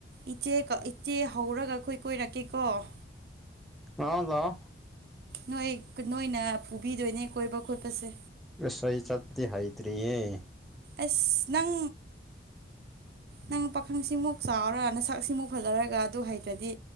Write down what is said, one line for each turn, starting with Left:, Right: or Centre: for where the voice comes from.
Right: ꯏꯆ ꯏꯆꯦ ꯍꯧꯔꯒ ꯑꯩꯈꯣꯏ ꯀꯣꯏꯔꯛꯀꯦꯀꯣ <unintelligible>
Centre: ꯀ ꯉꯥꯎ
Right: ꯅꯣꯏ ꯅꯣꯏꯅ ꯄꯨꯕꯤꯗꯣꯏꯅꯦ ꯀꯣꯏꯕ ꯈꯣꯠꯄꯁꯦ
Centre: ꯁ ꯑꯩ ꯆꯠꯗꯤ ꯍꯩꯗ꯭ꯔꯤꯌꯦꯦ
Right: ꯑꯦꯁ ꯅꯪ ꯅꯪ ꯄꯥꯈꯪꯁꯤꯃꯨꯛ ꯆꯥꯎꯔꯒ ꯅꯁꯥꯛ ꯁꯤꯃꯨꯛ ꯐꯖꯔꯒ ꯑꯗꯨ ꯍꯩꯇ꯭ꯔꯗꯤ